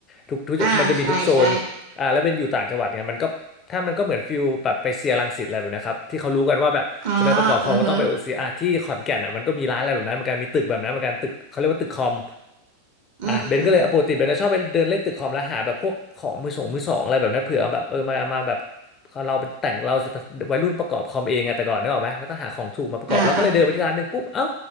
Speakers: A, on the left (about 25°); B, on the right (about 50°).
A: ทุกทุกมันจะมีทุกโซนอ่าแล้วเป็นอยู่ต่างจังหวัดเนี่ยมันก็ถ้ามันก็เหมือนฟิลแบบไปเซียรังสิตอะไรแบบนะครับที่เขารู้กันว่าแบบจะไปประกอบคอมก็ต้องไปโอเซียอ่ะที่ขอนแก่นอ่ะมันก็มีร้านอะไรแบบนั้นเหมือนกันมีตึกแบบนั้นเหมือนกันตึกเขาเรียกว่าตึกคอม
B: อ่าใช่ใช่อ๋อเออฮะอื
A: อ่ะเบนก็เลยปกติเบนจะชอบไปเดินเล่นตึกคอมแล้วหาแบบพวกของมือสองมือสองอะไรแบบนั้นเผื่อเอาแบบเออมามาแบบ
B: ม
A: เราเป็นแต่งเราวัยรุ่นประกอบคอมเองไงแต่ก่อนนึกออกไหมแล้วก็หาของถูกมาประกอบแล้วก็เลยเดินไปที่ร้านหนึ่งปุ๊บเอ้า
B: อ่าอ่า